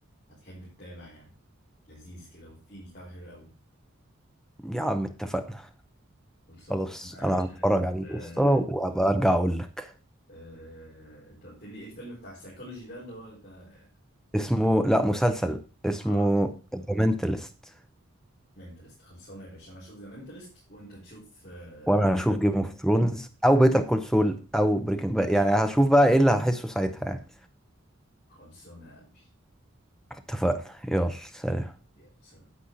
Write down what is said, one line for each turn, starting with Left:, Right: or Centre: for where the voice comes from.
Left: هتحب تتابع يعني لذيذ كده والثيم بتاعه حلو قوي
Centre: يا عم اتفقنا
Left: خلصان
Centre: خلاص
Left: أنا يا
Centre: انا
Left: باشا
Centre: هتفرج
Left: هشوف
Centre: عليه
Left: آه،
Centre: قصه وهبقى ارجع اقول لك
Left: آه، انت قلت لي ايه الفيلم بتاع السايكولوجي ده اللي هو ده
Centre: اسمه لا مسلسل اسمه
Left: اه
Centre: ذا مينتالست
Left: منتلست خلصانه يا باشا انا اشوف ذا منتلست وانت تشوف آه،
Centre: وانا هشوف جيم اوف ثرونز او بيتر كول سول او بريكنج بقى يعني هشوف بقى ايه اللي هشوف بقى إيه اللي هشوف بقى إيه اللي هحسه ساعتها يعني
Left: خلصانه يا قلبي
Centre: اتفقنا يلا سلام
Left: يلا سلام